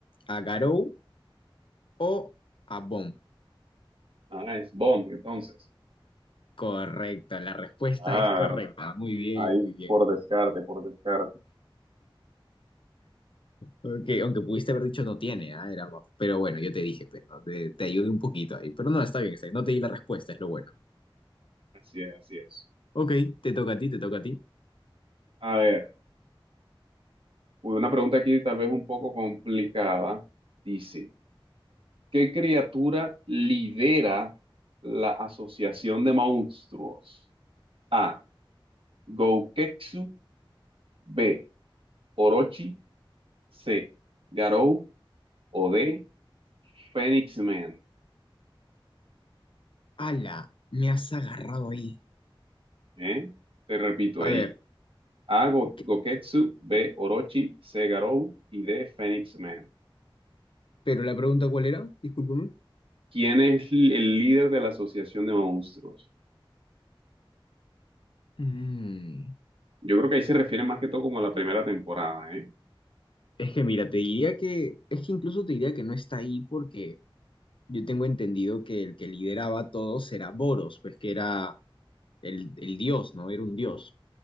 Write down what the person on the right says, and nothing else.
Ah, es Bond, entonces.
Claro,
ahí
por descarte, por descarte.
Así es, así es.
A ver, una pregunta aquí tal vez un poco complicada. Dice, ¿qué criatura lidera la Asociación de Monstruos? A. Gouketsu. B. Orochi. C. Garou. O D. Phoenix Man.
¿Eh? Te repito
ahí.
A. Go-
Goketsu. B. Orochi. C. Garou. Y D. Phoenix Man.
¿Quién es l- el líder de la Asociación de Monstruos?
Yo creo que ahí se refiere más que todo como a la primera temporada, ¿eh?